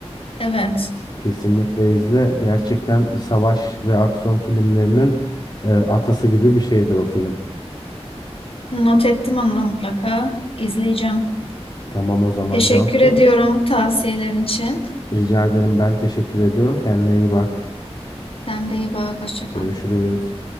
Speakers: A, on the left; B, on the left.
A: Evet.
B: Kesinlikle izle. Gerçekten savaş ve aksiyon filmlerinin e, atası gibi bir şeydir o film.
A: Not ettim onu da mutlaka. İzleyeceğim.
B: Tamam o zaman
A: Teşekkür
B: Cansu.
A: ediyorum tavsiyelerin için.
B: Rica ederim ben teşekkür ediyorum. Kendine iyi bak.
A: Sen de iyi bak. Hoşça kal.
B: Görüşürüz.